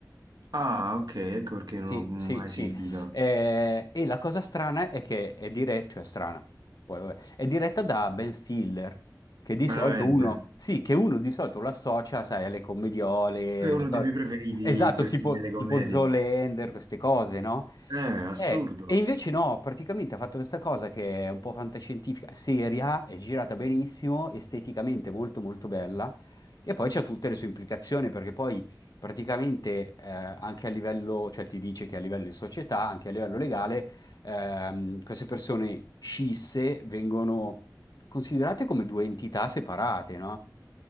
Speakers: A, on the right; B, on the left.
A: Ah, ok, ecco perché non
B: Sì,
A: l'ho mai
B: sì, sì.
A: sentita.
B: Eh, e la cosa strana è che è diretta, cioè strana, poi vabbè, è diretta da Ben Stiller, che di
A: Veramente.
B: solito uno, sì, che uno di solito lo associa, sai, alle commediole,
A: Quello È
B: le
A: uno
B: cose-
A: dei miei preferiti
B: esatto,
A: in queste
B: tipo,
A: delle commedie.
B: tipo Zoolander, queste cose, no?
A: Eh, assurdo.
B: Eh, e invece no, praticamente ha fatto questa cosa che è un po' fantascientifica, seria, è girata benissimo, esteticamente molto molto bella, e poi c'ha tutte le sue implicazioni, perché poi praticamente eh, anche a livello, cioè ti dice che a livello di società, anche a livello legale, ehm, queste persone scisse vengono considerate come due entità separate, no?